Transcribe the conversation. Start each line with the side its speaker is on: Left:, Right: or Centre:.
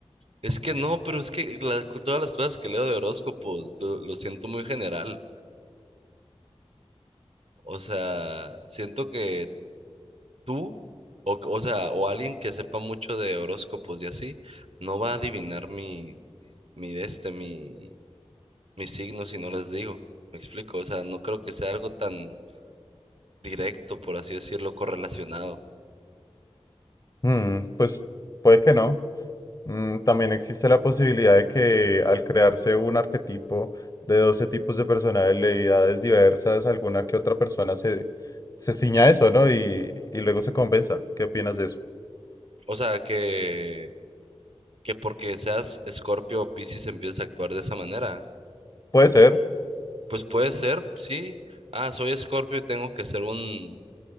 Right: Es que no, pero es que la- todas las cosas que leo de horóscopos lo, lo siento muy general. O sea, siento que tú, o, o sea, o alguien que sepa mucho de horóscopos y así, no va a adivinar mi, mi de este, mi, mi signo si no les digo. ¿Me explico? O sea, no creo que sea algo tan directo, por así decirlo, correlacionado.
Left: Mm, pues puede que no. Mm, también existe la posibilidad de que al crearse un arquetipo de 12 tipos de personalidades diversas, alguna que otra persona se, se ciña a eso, ¿no? Y, y luego se compensa. ¿Qué opinas de eso?
Right: O sea, que, que porque seas Escorpio o Piscis empieces a actuar de esa manera.
Left: Puede ser.
Right: Pues puede ser, sí. Ah, soy Escorpio y tengo que ser un